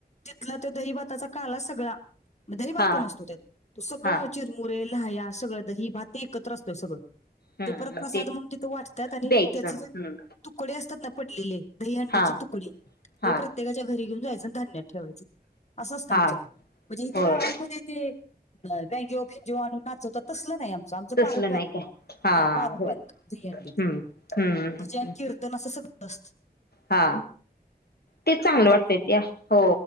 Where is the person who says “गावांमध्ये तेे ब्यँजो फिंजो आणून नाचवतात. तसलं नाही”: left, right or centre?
Left